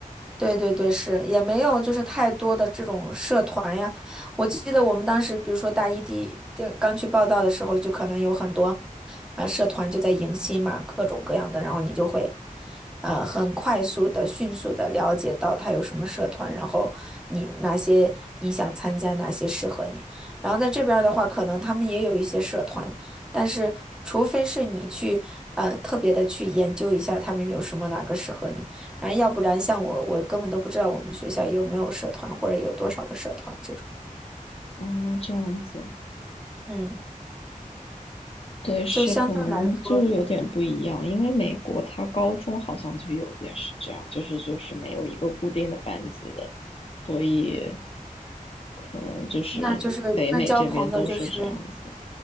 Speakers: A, in the centre; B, on the left (about 45°).
A: 对对对，是也没有就是太多的这种社团呀。我记得我们当时，比如说大一第一第刚去报道的时候，就可能有很多。啊，社团就在迎新嘛，各种各样的，然后你就会呃很快速的、迅速的了解到他有什么社团，然后你哪些你想参加，哪些适合你。然后在这边儿的话，可能他们也有一些社团，但是除非是你去呃特别的去研究一下他们有什么哪个适合你，然后要不然像我，我根本都不知道我们学校有没有社团或者有多少个社团这种。
B: 啊，这样子，
A: 嗯，
B: 对，是可能就有点不一样，
A: 就相对来说，
B: 因为美国它高中好像就有点是这样，就是就是没有一个固定的班级的，所以可能就是北美这边都是这样子。
A: 那就是那交朋友就是